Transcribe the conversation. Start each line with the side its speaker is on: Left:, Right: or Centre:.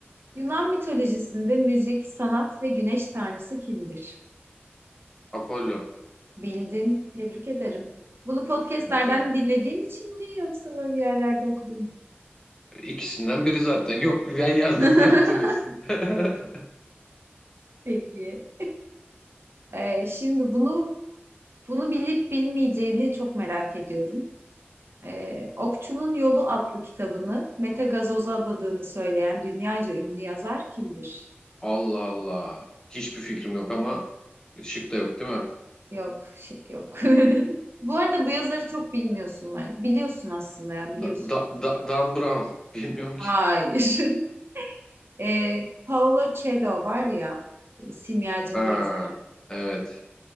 Right: Yunan mitolojisinde müzik, sanat ve güneş tanrısı kimdir?
Left: Apollo.
Right: Bildin. Tebrik ederim. Bunu podcastlerden
Left: Ece-
Right: dinlediğin için mi yoksa böyle bir yerlerde okudun mu?
Left: İkisinden biri zaten. Yok ben yazdım
Right: <laughs>
Left: yine mitolojisini. <laughs>
Right: Peki. Ee, şimdi bunu bunu bilip bilmeyeceğini çok merak ediyorum. Ee, Okçunun Yolu adlı kitabını Mete Gazoz'a adadığını söyleyen dünyaca ünlü yazar kimdir?
Left: Allah Allah. Hiçbir fikrim yok ama şık da yok değil mi?
Right: Yok, şık yok. <laughs> Bu arada bu yazarı çok bilmiyorsun ben. Biliyorsun aslında ya, biliyorsun.
Left: Da, da, da- Dan Brown. Bilmiyorum ki.
Right: Hayır. <laughs> Ee, Paolo Coelho var ya, e, Simyacı'nın
Left: Ha,
Right: yazarı.
Left: evet.